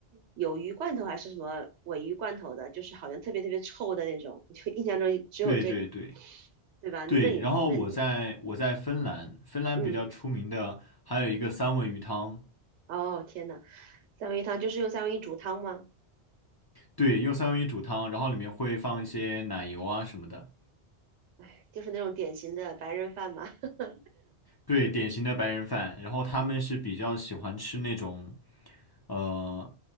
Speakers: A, on the right (about 85°); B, on the left (about 40°).
A: 有鱼罐头还是什么尾鱼罐头的，就是好像特别特别臭的那种，就印象中只有这个，
B: 对对对
A: 对吧？
B: 对。
A: 那你那你
B: 然后我在我在芬兰，芬兰比较出名的还有一个三文鱼汤，
A: 嗯，哦天呐，三文鱼汤就是用三文鱼煮汤吗？
B: 对，用三文鱼煮汤，然后里面会放一些奶油啊什么的，
A: 哎，就是那种典型的白人饭嘛。<laughs>
B: 对，典型的白人饭。然后他们是比较喜欢吃那种，呃，